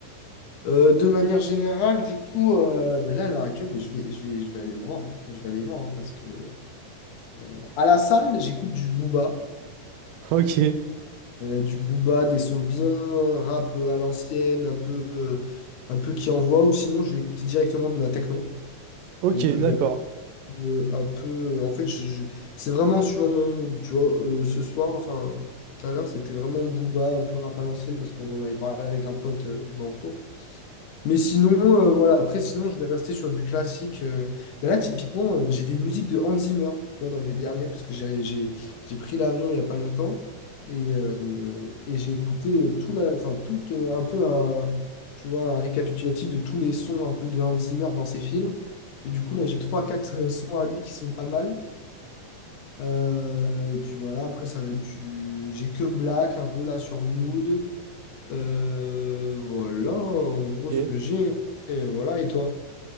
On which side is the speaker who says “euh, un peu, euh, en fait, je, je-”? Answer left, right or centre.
Left